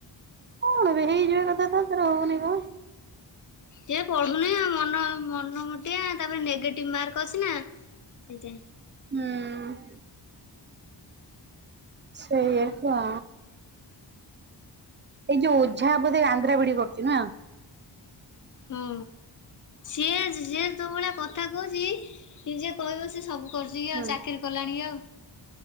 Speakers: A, on the right; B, on the left.
A: କଣ ବେ ହେଇଯିବା କଥାତ ତାର ହଉନି କଣ?
B: ଇଏ ପଢୁନି ମନ ମନ ମୋଟିଆ ତାପରେ ନେଗେଟିଭ ମାର୍କ ଅଛି ନା। ସେ ଯାଏଁ।
A: ହୁଁ। ସେଇଆ ହେଇଥିବ। ଏଇ ଯୋଉ ଓଝା ବୋଧେ ଆନ୍ଧ୍ରା ବିଡି କରୁଛି ନା?
B: ହଁ ସିଏ ସିଏ ତୋ ଭଳିଆ କଥା କହୁଛି ନିଜେ କହିବ ସେ ସବୁ କରୁଛି
A: ହୁଁ
B: ଆଉ ଚାକିରି କଲାଣି ଆଉ